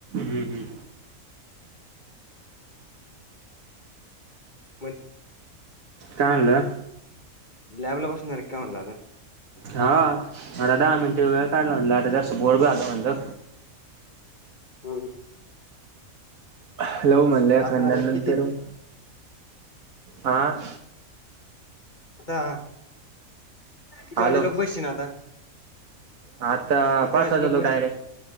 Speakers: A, on the right; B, on the left.
A: हम्म
B: मन
A: काय आणल!
B: लॅबला बसणारे काय म्हणल आता.
A: हा आता दहा मिनटे वेळ काढलं म्हणलं! आता जरास बोर झालं म्हणलं.
B: हं हं
A: हॅलो म्हणल्या
B: आता
A: खानदान नंतरून
B: किती
A: आह!
B: आता किती
A: हॅलो
B: वाजे लोक बसशील ना आता?
A: आता
B: किती
A: पाच
B: वाजे
A: हजार
B: लोगबास
A: लोक डायरेक्ट